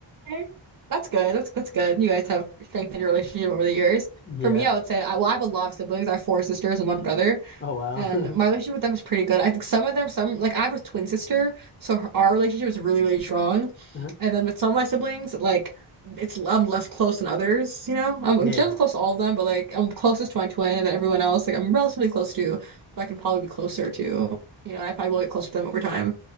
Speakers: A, on the right (about 45°); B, on the left (about 25°).
A: Okay. That's good. That's that's good. You guys have strengthened your relationship over the years.
B: Yeah.
A: For me, I would say I, well, I have a lot of siblings. I have four sisters and one brother.
B: Oh wow.
A: And
B: <laughs>
A: my relationship with them is pretty good. I think some of them, some like I have a twin sister, so her, our relationship is really, really strong.
B: Uh-huh.
A: And then with some of my siblings, like it's I'm less close than others, you know? I'm
B: Yeah.
A: generally close to all of them, but like I'm closest to my twin, and then everyone else, like I'm relatively close to, but I can probably be closer to, you know, I probably will get closer to them over time.